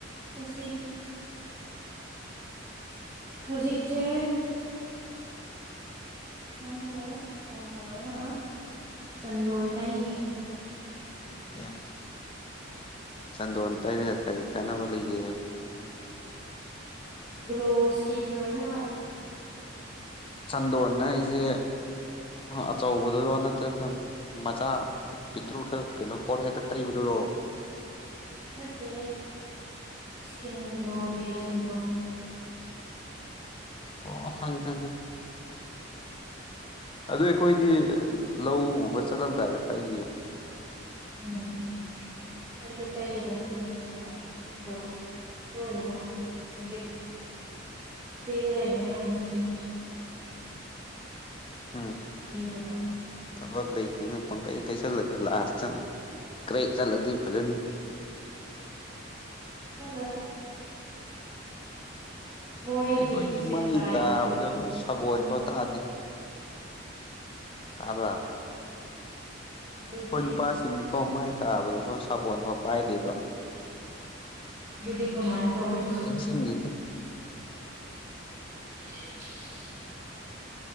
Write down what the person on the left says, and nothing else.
ꯌꯥ ꯆꯥꯟꯗꯣꯟ ꯇꯩꯔꯒ ꯀꯔꯤ ꯀꯥꯟꯅꯕ ꯂꯩꯒꯦ
ꯆꯟꯗꯣꯟ ꯍꯥꯏꯁꯦ ꯑꯆꯧꯕꯗꯔꯣ ꯅꯠꯇ꯭ꯔꯒ ꯃꯆꯥ ꯄꯇ꯭ꯔꯨ ꯈꯔꯥ ꯀꯩꯅꯣ ꯄꯔ ꯗꯥ ꯇꯕꯗꯨꯔꯣ
ꯑꯣ ꯈꯉ ꯈꯒ ꯑꯗꯨ ꯑꯩꯈꯣꯏꯗꯤ ꯂꯧꯒꯨꯝꯕ ꯆꯠꯂꯝꯗꯥꯏꯗ ꯇꯩꯌꯦ
ꯎꯝ
ꯊꯕꯛ ꯂꯩꯇꯦꯅ ꯄꯡ ꯇꯦꯁꯦꯂꯥ ꯂꯥꯁꯇꯥ ꯀ꯭ꯔꯦꯛ ꯆꯠꯂꯗꯤ ꯐꯖꯅꯤ
ꯑꯩꯈꯣꯏꯗꯤ ꯃꯩ
ꯇꯥꯕꯗ
ꯁꯥꯒꯣꯟꯐꯥꯎ ꯇꯥꯗꯦ ꯇꯥꯕ
ꯍꯣꯏ ꯅꯨꯄꯥꯁꯤꯡꯅꯤꯀꯣ ꯃꯥꯏ ꯇꯥꯕꯗ ꯁꯥꯕꯣꯟꯐꯥꯎ ꯄꯥꯏꯗꯕ
ꯅꯤꯡꯁꯤꯡꯗꯦꯗ